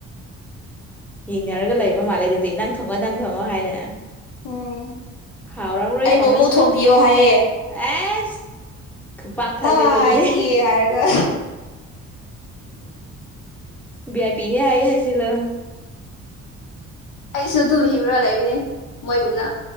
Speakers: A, in the centre; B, on the left (about 80°).
A: ꯌꯦꯡꯅꯔꯒ ꯂꯩꯕ ꯃꯥꯜꯂꯦ ꯑꯗꯨꯗꯤ ꯅꯪ ꯊꯪꯉꯣ ꯅꯪ ꯊꯪꯉꯣ ꯍꯥꯏꯅ
B: ꯎꯝ
A: ꯍꯥꯎꯔꯝꯔꯣꯏ
B: ꯑꯩꯕꯨ
A: ꯊꯣꯡꯔꯁꯨ
B: ꯑꯃꯨꯛ ꯊꯣꯝꯕꯤꯌꯣ ꯍꯥꯏꯌꯦ꯫
A: ꯑꯦꯁ꯫ ꯈꯨꯄꯥꯛꯊꯖꯤꯜꯂꫭ
B: ꯀꯥꯏꯗꯒꯤ
A: ꯑꯗꯨꯗ꯫
B: ꯍꯥꯏꯔꯒ
A: ꯕꯦ ꯑꯥꯏ ꯄꯤꯅꯦ ꯍꯥꯏꯑꯦ ꯍꯥꯏ꯫ ꯖꯤꯜꯂꫭ꯫
B: ꯑꯩꯁꯨ ꯑꯗꯨꯨ ꯍꯤꯔ ꯂꯩꯥꯌꯨ꯫ ꯅꯦ ꯃꯣꯏꯒꯨꯝꯅ꯫